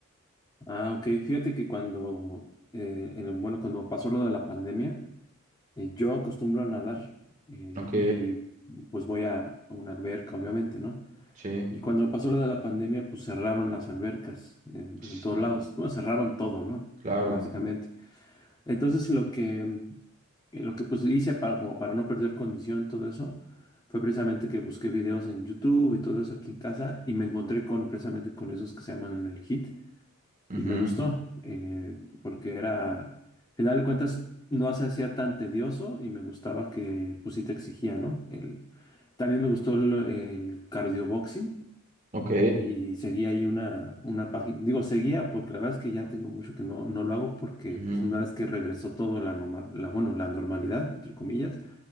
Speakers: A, on the left; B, on the right.
A: Ah, ok. Fíjate que cuando, eh, en el- bueno, cuando pasó lo de la pandemia, eh, yo acostumbro a nadar eh,
B: Ok,
A: y pues voy a, a una alberca, obviamente, ¿no?
B: sí,
A: Y cuando pasó lo de la pandemia, pues cerraron las albercas, eh,
B: sí,
A: pues en todos lados. Bueno, cerraron todo, ¿no?
B: claro.
A: Básicamente. Entonces lo que, eh, lo que pues hice para, como para no perder condición, y todo eso, fue precisamente que busqué videos en YouTube y todo eso aquí en casa y me encontré con precisamente con esos que se llaman el HIIT
B: Ujú,
A: y me gustó eh, porque era, al final de cuentas, no se hacía tan tedioso y me gustaba que pues sí te exigía, ¿no? El, también me gustó el, el cardio boxing
B: Ok.
A: y seguía ahí una, una página, digo, seguía porque la verdad es que ya tengo mucho que no, no lo hago porque
B: Ujú.
A: pues una vez que regresó todo la, norma- la, bueno, la normalidad, entre comillas,